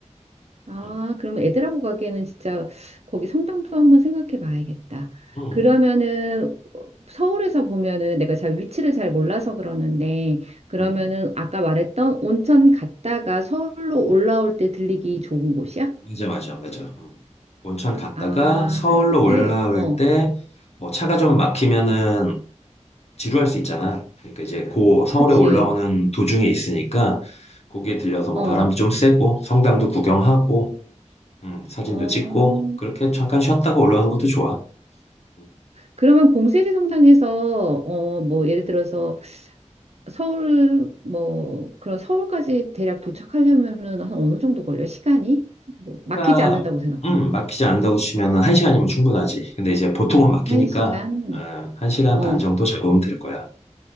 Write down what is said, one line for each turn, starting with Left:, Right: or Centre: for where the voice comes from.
Right: 아,
Left: 음,
Right: 그럼 애들하고 가기에는 진짜 거기 성당도 한번 생각해 봐야겠다.
Left: 음,
Right: 그러면은 서울에서 보면은 내가 잘 위치를 잘 몰라서 그러는데 그러면은
Left: 음.
Right: 아까 말했던 온천 갔다가 서울로 올라올 때 들리기 좋은 곳이야?
Left: 맞아, 맞아, 맞아. 음. 온천 갔다가
Right: 아,
Left: 서울로
Right: 그렇게?
Left: 올라올
Right: 어,
Left: 때 뭐 차가 좀 막히면은 지루할 수 있잖아. 그러니까 이제 고 서울에
Right: 그치.
Left: 올라오는 도중에 있으니까 거기에 들려서 뭐
Right: 어,
Left: 바람도 좀 쐬고 성당도 구경하고 음, 사진도
Right: 어.
Left: 찍고 그렇게 잠깐 쉬었다가 올라오는 것도 좋아. 음,
Right: 그러면 봉세리 성당에서 어, 뭐 예를 들어서 서울 뭐 그런 서울까지 대략 도착하려면은 한 어느 정도 걸려요? 시간이? 뭐
Left: 그러니까
Right: 막히지 않는다고 생각하면
Left: 음, 막히지 않는다고 치면은 한 시간이면 충분하지. 근데 이제 보통은 막히니까
Right: 한 시간?
Left: 어, 한 시간
Right: 어.
Left: 반 정도 잡으면 될 거야.